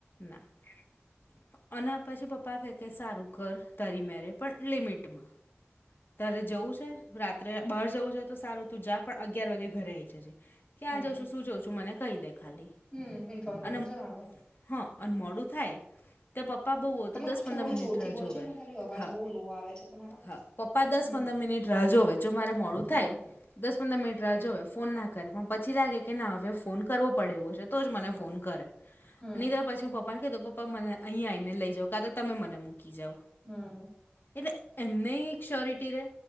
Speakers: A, on the left; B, on the left.
A: ના. એમ. અને પછી પપ્પા કેય કે સારું કર તારી મેળે પણ લિમિટમાં. તારે જવું છે રાત્રે બહાર જવું છે તો સારું તું જા પણ અગિયાર વાગે ઘરે આઇ જજે. ક્યાં
B: હમ
A: જાઉં છું શું જઉં છું મને કહી દે ખાલી
B: હમ ઇન્ફોર્મ
A: અને
B: કરીને જવાનું
A: હ અને મોડું થાય ત્યાં પપ્પા બહુ હોય
B: તમે
A: તો દસ પંદર
B: થોડું
A: મિનિટ
B: જોરથી
A: રાહ
B: બોલજો
A: જોવે
B: ને ખાલી અવાજ
A: હા
B: બહુ લો આવે છે તમારો
A: હા. પપ્પા દસ
B: હમ
A: પંદર મિનિટ રાહ જોવે જો મારે મોડું
B: હમ
A: થાય દસ પંદર મિનિટ રાહ જોવે ફોન ના કરે પણ પછી લાગે કે ના હવે ફોન કરવો પડે એવો છે. તો જ મને
B: હમ
A: ફોન કરે
B: હમ
A: ની તો પછી પપ પાને કહી દો પપ્પા મને અહીં આઇને લઈ જાવ કા તો તમે મને મૂકી જાવ.
B: હમ્મ.
A: એટલે એમને એક શ્યોરિટી રે